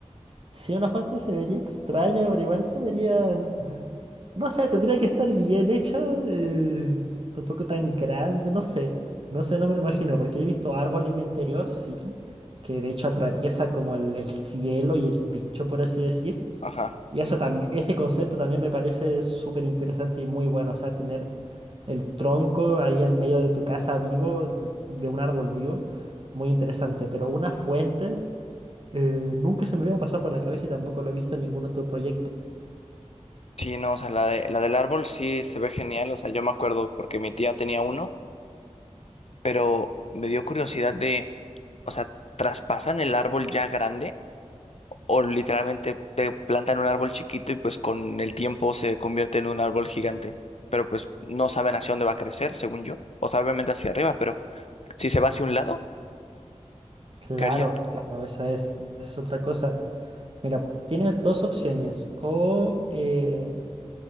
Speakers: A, on the right; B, on the left.
A: Si una fuente se vería extraño, pero igual se vería... No sé, tendría que estar bien hecha, eh, tampoco tan grande, no sé, no sé, no me lo imagino, porque he visto árboles de interior, sí, que de hecho atraviesa como el, el cielo y el techo, por así decir.
B: Ajá.
A: Y eso tam- ese concepto también me parece súper interesante y muy bueno, o sea, tener el tronco ahí al medio de tu casa vivo, de de un árbol vivo, muy interesante, pero una fuente... Eh, nunca se me había pasado por la cabeza y tampoco lo he visto en ningún otro proyecto.
B: Sí, no, o sea, la de, la del árbol sí se ve genial, o sea, yo me acuerdo porque mi tía tenía uno, pero me dio curiosidad de, o sea, ¿traspasan el árbol ya grande o literalmente te plantan un árbol chiquito y pues con el tiempo se convierte en un árbol gigante? Pero pues no saben hacia dónde va a crecer, según yo. O sea, obviamente hacia arriba, pero si se va hacia un lado,
A: Claro,
B: ¿qué harían?
A: claro, esa es, esa es otra cosa. Mira, tienes dos opciones. O eh,